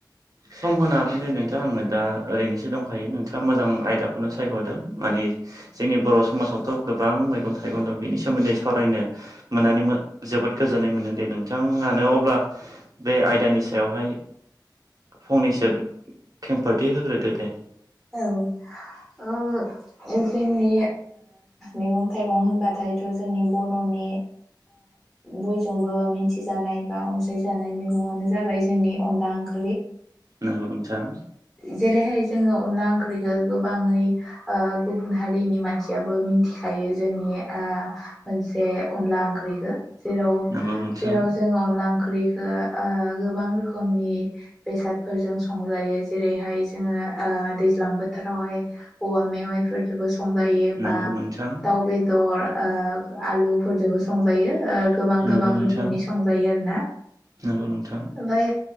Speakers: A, on the right (about 50°); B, in the centre.
A: सम होनाबोन दे नोंथाङा आंनो दा ओरैनोसोंखायो नोंथाङा मोजां आयदाखौ बे खौनो सायख'दों माने जोंनि बर' समाजावथ' गोबां मैगं थाइगं दं बिनि सोमोन्दै सावरायनो मोननानै जोबोद गोजोननाय मोनदों दे नोंथाङानो अब्ला बे आयदानि सायावहाय फंनैसो खेंफोरथि होग्रोदो दे
B: औ आ जोंनि मैगं थाइगं होनबाथायथ' जोंनि बर'नि बयजोंबो मिथिजानाय बा अनसायजानाय मैगंआानो जाबाय जोंनि अनला ओंख्रि
A: नंगौ नोंथां
B: जेरैहाय जोङो अनला ओंख्रिखौ गोबाङै गुबुन हारिनि मानसियाबो मिथिखायो जोंनि मोनसे अनला ओंख्रिखौ जेराव
A: नंगौ नोंथां
B: जेराव जोङो अनला ओंख्रिखौ गोबां रोखोमनि बेसादफोरजों संजायो जेरैहाय जोङो दैज्लां बोथोरावहाय औवा मेवाइफोरजोंबो संजायो
A: नंगौ
B: बा
A: नोंथां
B: दाउ बेदर आलुफोरजोंबो संजायो गोबां
A: नंगौ
B: गोबां
A: नोंथां
B: रोखोमनि संजायो आरोना
A: नंगौ नोंथां
B: ओमाय